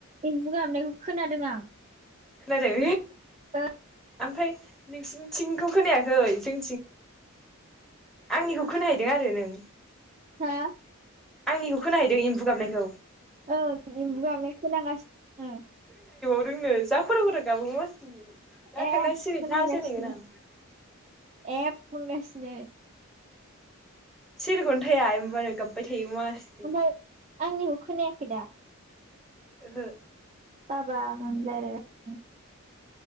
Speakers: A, on the right; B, in the centre.
A: एम्बु गाबनायखौ खोनादों आं।
B: खोनादों
A: ओ
B: ओमफ्राय नोंसिनिथिंखौ खोनायाखै जों आंनिखौ खोनाय दो आरो नों
A: हा
B: आंनिखौ खोनाहैदों एम्फु गाबनायखौ
A: ओ एम्बु गाबनाय खोनागासिनो
B: रोंनो जा खर खर गाबो मासथिनि दा
A: एब‌
B: थांना सिरि
A: होनगासिनो
B: थासो होनहैगोन आं
A: एब होनगासिनो। नो
B: सिरिखौनो थाया एमबुआनो गाबबाय थायो। यो मासथाइ
A: ओमफ्राय आंनिखौ खोनायाखै दा
B: ओहो
A: बाबामोन राइलाय गासिनो